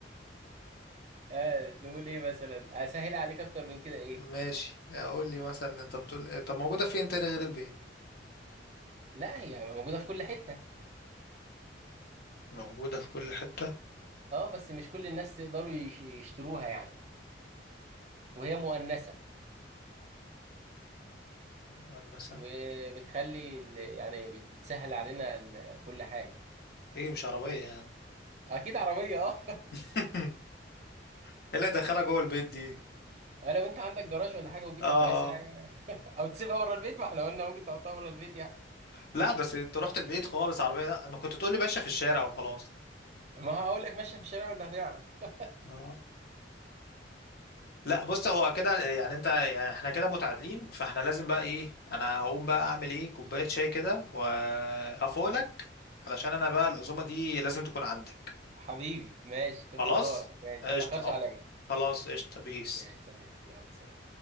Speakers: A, on the right; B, on the left.
A: آه نقول ايه مثلا اسهل عليك اكتر من كده ايه
B: ماشي اقول لي مثلا انت بتقول إيه؟ طب موجودة فين تاني غير البيت
A: لا هي موجوده في كل حته
B: موجودة في كل حتة
A: اه بس مش كل الناس تقدروا يش- يشتروها يعني وهي مؤنثة
B: مؤنثة
A: وبتخلي ال- يعني بت- بتسهل علينا ال- كل حاجة
B: ايه مش عربية يعني
A: اكيد عربية اه
B: <laughs> ايه اللي هيدخلها جوه البيت دي
A: <laughs> لو انت عندك جراج ولا حاجة وبيتك
B: اه
A: واسع يعني،
B: اه
A: <laughs> او تسيبها بره البيت ما احنا قلنا ممكن تحطها بره البيت يعني
B: لا بس انت رحت البيت خالص عربية لا ما كنت تقول لي ماشية في الشارع وخلاص
A: ما هقول لك ماشية في الشارع ما انت هتعرف <laughs>
B: اه لا بص هو كده يعني انت يعني احنا كده متعادلين فاحنا لازم بقى ايه انا هقوم بقى اعمل ايه كوباية شاي كده وافولك علشان انا بقى العزومة دي لازم تكون عندك
A: حبيبي ماشي في انتظارك
B: خلاص
A: ماشي
B: قشطة
A: ما تاخرش
B: اهو.
A: عليا
B: خلاص قشطة بيس
A: ماشي سلام يلا سلام